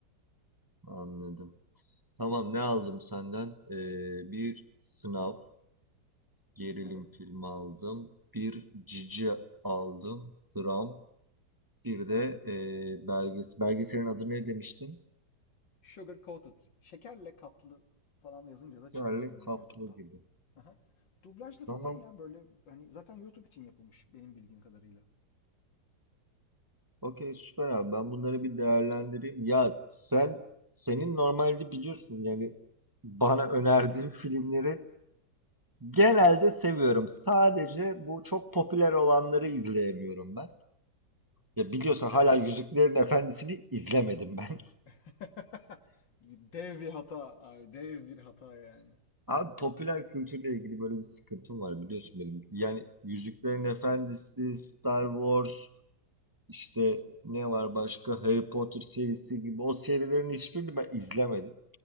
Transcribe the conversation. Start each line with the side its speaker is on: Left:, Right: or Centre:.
Right: Anladım. Tamam ne aldım senden? Ee, bir sınav gerilim
Left: Evet.
Right: filmi aldım. Bir cici aldım. Dram. Bir de
Left: Hı hı.
Right: ee, belges belgeselin adı ne demiştin?
Left: Sugar coated. Şekerle kaplı falan yazınca da çıkıyor
Right: Yerli
Left: sanırım
Right: kaplı
Left: YouTube'da.
Right: gibi.
Left: Aha. Dublajlı
Right: Tamam.
Left: falan ya böyle hani zaten YouTube için yapılmış benim bildiğim kadarıyla.
Right: Okey süper abi ben bunları bir değerlendireyim. Ya sen senin normalde biliyorsun yani bana önerdiğin <laughs> filmleri genelde seviyorum. Sadece bu çok popüler olanları izleyemiyorum ben. Ya biliyorsun hala
Left: Evet.
Right: Yüzüklerin Efendisi'ni izlemedim ben.
Left: <laughs> Dev bir hata abi, dev bir hata yani.
Right: <laughs> Abi popüler kültürle ilgili böyle bir sıkıntım var biliyorsun benim. Yani Yüzüklerin Efendisi, Star Wars, işte ne var başka Harry Potter serisi gibi o serilerin hiçbirini ben izlemedim.